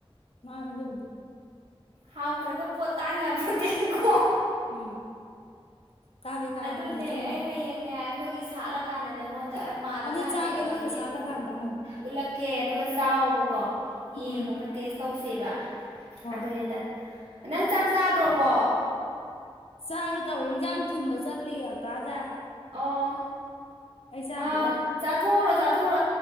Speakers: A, on the left; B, on the right.
A: ꯃꯥꯅꯥꯉꯝ
B: ꯍꯥꯎꯇ꯭ꯔꯒ ꯄꯣꯠ ꯇꯥꯡ ꯌꯥꯃꫭꯟꯇꯦꯀꯣ
A: ꯎꯝ ꯇꯥꯡꯗꯤ ꯇꯥꯡꯉꯦ
B: ꯑꯗꯨꯅꯦ
A: ꯑꯪ ꯆꯨꯝꯃꯦ
B: ꯑꯩ ꯍꯌꯦꯡꯅꯦ ꯑꯈꯣꯏꯒꯤ ꯁꯥꯠꯂꯀꯥꯟꯗ ꯅꯪꯉꯣꯟꯗ ꯑꯗ ꯄꯥꯜꯂꯀꯥꯟꯗ
A: ꯑꯝꯇ ꯆꯥꯒꯦ ꯅꯣꯏꯗ ꯁꯥꯠꯂꯀꯥꯟꯗ
B: <unintelligible>
A: ꯑꯪ
B: ꯎꯠꯂꯛꯀꯦ ꯑꯗꯨꯒ ꯆꯥꯎꯋꯣꯕꯀꯣ ꯌꯦꯡꯉꯣꯕ
A: ꯎꯝ
B: ꯇꯦꯁ ꯇꯧꯁꯦꯕ
A: ꯍꯣꯏ
B: ꯑꯗꯨꯅꯤꯗ ꯅꯪ ꯆꯥꯛ ꯆꯥꯗꯣꯔꯕꯣ
A: ꯆꯥꯒꯦ ꯇꯧꯔꯦ ꯏꯟꯁꯥꯡ ꯊꯤꯟꯕ ꯆꯠꯂꯤ ꯀꯀꯥꯗ
B: ꯑꯣ
A: ꯆꯥꯈꯤꯔꯣꯏ
B: ꯑꯥ ꯆꯥꯊꯣꯛꯎꯔꯣ ꯆꯥꯊꯣꯛꯎꯔꯣ